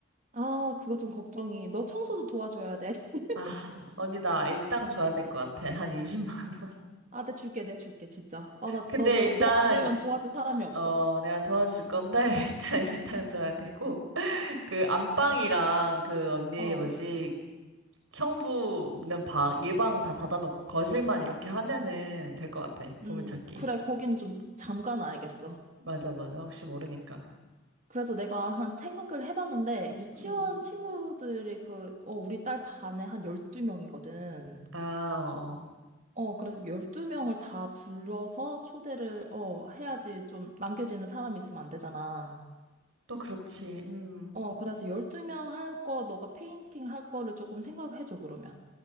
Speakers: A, on the right (about 35°); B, on the right (about 85°).
A: 아, 그거 좀 걱정이. 너 청소도 도와줘야 돼. <laughs>
B: 아, <laughs> 언니 나 일당 줘야 될 것 같아. 한 20만 원. <laughs>
A: 아, 내 줄게, 내 줄게, 진짜. 아, 나,
B: 근데
A: 너, 너,
B: 일단
A: 너 아니면 도와줄 사람이 없어.
B: 어, 내가 도와줄 건데 <laughs> 일단 일당 줘야 되고 그 안방이랑 그 언니
A: 어,
B: 뭐지? 형부는 방, 일방 다 닫아놓고 거실만 이렇게 하면은 될 것 같아.
A: 음,
B: 보물찾기.
A: 그래, 거기는 좀 잠깐 알겠어.
B: 맞아, 맞아. 혹시 모르니까.
A: 그래서 내가 한 생각을 해봤는데, 유치원
B: 음.
A: 친구들이 그, 어, 우리 딸 반에 한 12명이거든.
B: 아, 어. 어.
A: 어, 그래서 12명을 다 불러서 초대를, 어, 해야지 좀 남겨지는 사람이 있으면 안 되잖아.
B: 또 그렇지. 음.
A: 어, 그래서 12명 할 거, 너가 페인팅 할 거를 조금 생각해줘, 그러면.